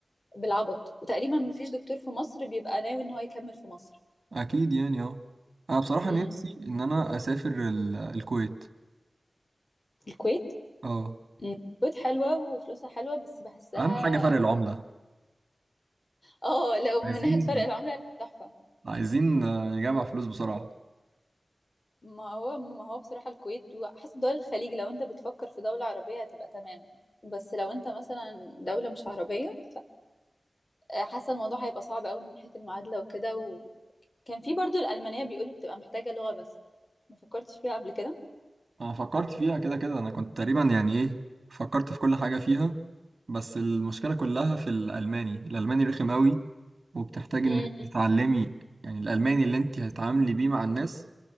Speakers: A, on the left (about 40°); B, on the right (about 55°).
A: بالعبط وتقريبا مفيش دكتور في مصر بيبقى ناوي ان هو يكمل في مصر
B: اكيد يعني اه انا بصراحة
A: امم
B: نفسي ان انا اسافر ال- الكويت
A: الكويت
B: اه
A: مم. الكويت حلوة وفلوسها حلوة بس بحسها
B: اهم حاجة فرق العملة
A: اه لو من
B: عايزين
A: ناحية فرق العملة هيبقى تحفة
B: عايزين آه، نجمع فلوس بسرعة
A: ما هو ما هو بصراحة الكويت وحسب دول الخليج لو انت بتفكر في دولة عربية هتبقى تمام بس لو انت مثلا دولة مش عربية فحاسة الموضوع هيبقى صعب قوي من ناحية المعادلة وكده وكان في برضو الألمانية بيقولوا بتبقى محتاجة لغة بس ما فكرتش فيها قبل كده
B: انا فكرت فيها كده كده انا كنت تقريبا يعني ايه فكرت في كل حاجة فيها بس المشكلة كلها في الالماني الالماني رخم قوي وبتحتاج
A: امم
B: ان مم. انت تتعلمي يعني الالماني اللي انت هتتعاملي بيه مع الناس